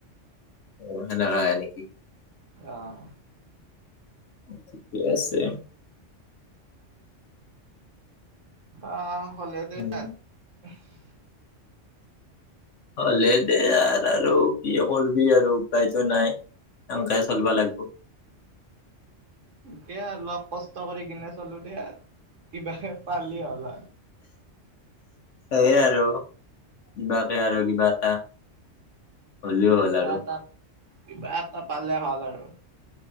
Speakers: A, on the left; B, on the right.
A: অ সেনেকা হয় নেকি
B: অহ
A: ঠিকে আছে
B: অ হলে
A: উম
B: <unintelligible>
A: হলে দে আৰু আৰু কি কৰিববি আৰু উপায়তো নাই সকাই চলিবা লাগিব।
B: কে আৰু অলপ কষ্ট কৰি কিনে চলো দেই আৰু কিবাে পালি হ'ল
A: সেইয়ে আৰু কিবাকে আৰু কিবা এটা হলও
B: কিবা
A: হল আৰু
B: এটা কিবা এটা পালে হ'ল আৰু